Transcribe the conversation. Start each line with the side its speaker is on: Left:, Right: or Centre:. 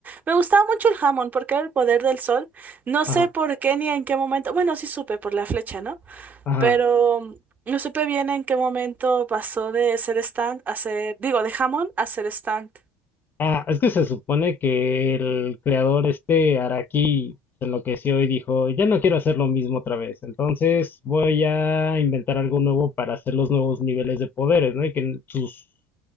Right: me gustaba mucho el jamón porque era el poder del sol. No sé
Left: ajá,
Right: por qué ni en qué momento. Bueno, sí supe por la flecha, ¿no?
Left: ajá.
Right: Pero mm, no supe bien en qué momento pasó de ser stand a ser, digo, de jamón a ser stand.
Left: Ah, es que se supone que el creador este Araki se enloqueció y dijo, ya no quiero hacer lo mismo otra vez, entonces voy a inventar algo nuevo para hacer los nuevos niveles de poderes, ¿no? Y que sus